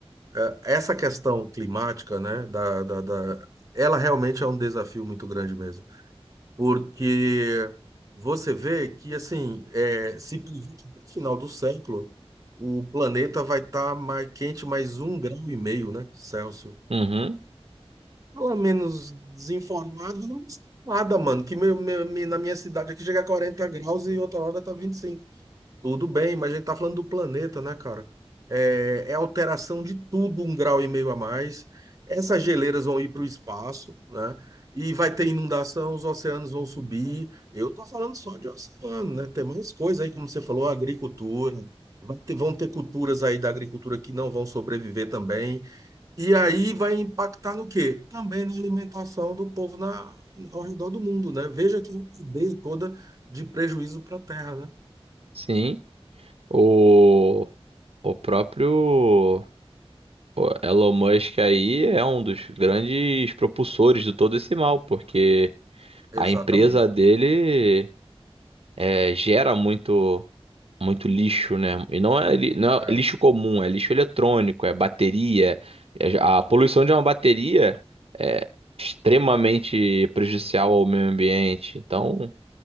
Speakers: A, on the right; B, on the right.
A: é, essa questão climática, né, da, da, da- ela realmente é um desafio muito grande mesmo, porque você vê que, assim, é, se previ- que no final do século, o planeta vai estar mais quente mais um grau e meio, né, Celsius.
B: Uhum,
A: Fala menos desinformado, não custa nada, mano. Que meu, meu- mi- na minha cidade aqui chega a 40 graus e outra hora tá vinte e cinco Tudo bem, mas a gente tá falando do planeta, né, cara? É, é alteração de tudo, um grau e meio a mais. Essas geleiras vão ir para o espaço, né? E vai ter inundação, os oceanos vão subir. Eu tô falando só de oceano, né? Tem mais coisa aí, como você falou, agricultura. Vai ter- vão ter culturas aí da agricultura que não vão sobreviver também. E aí vai impactar no quê? Também na alimentação do povo na, ao redor do mundo, né? Veja que uma cadeia toda de prejuízo para a Terra, né?
B: sim. O, o próprio o Elon Musk aí é um dos grandes propulsores de todo esse mal, porque
A: Exatamente.
B: a empresa dele é, gera muito muito lixo, né? E não é, li- não
A: É,
B: é lixo comum, é lixo eletrônico, é bateria. É- A poluição de uma bateria é extremamente prejudicial ao meio ambiente. Então,